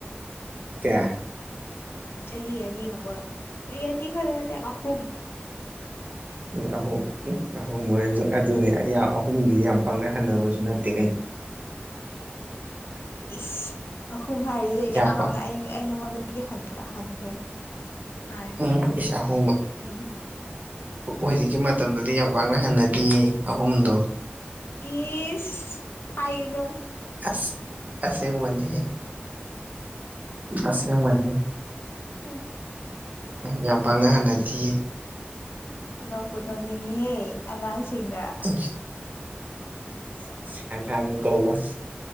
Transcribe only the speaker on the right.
ꯀꯌꯥ
ꯎꯝ ꯑꯍꯨꯝ ꯎꯝ ꯑꯍꯨꯝ ꯑꯣꯏꯔꯁꯨ ꯑꯗꯨꯅꯤ ꯑꯩ ꯌꯥꯝ ꯑꯍꯨꯝꯗꯨꯗꯤ ꯌꯥꯝ ꯄꯥꯛꯅꯍꯟꯅꯕꯁꯨ ꯅꯠꯇꯦ ꯀꯩꯅꯣ꯫
ꯌꯥꯝ
ꯄꯥꯛ
ꯎꯝ
ꯏꯁ ꯑꯍꯨꯝ
ꯍꯧꯖꯤꯛꯀꯤ ꯃꯇꯝꯗꯗꯤ ꯌꯥꯝ ꯄꯥꯛꯅ ꯍꯟꯅꯗꯤꯌꯦ ꯑꯍꯨꯝꯗꯣ꯫
ꯑꯁ ꯑꯁꯦꯡ ꯋꯥꯅꯦ ꯑꯁꯦꯡꯕꯅꯤ
ꯌꯥꯝ ꯄꯥꯡꯅꯍꯟꯅꯗꯤꯌꯦ
ꯎ <unintelligible> ꯀꯧꯕꯁ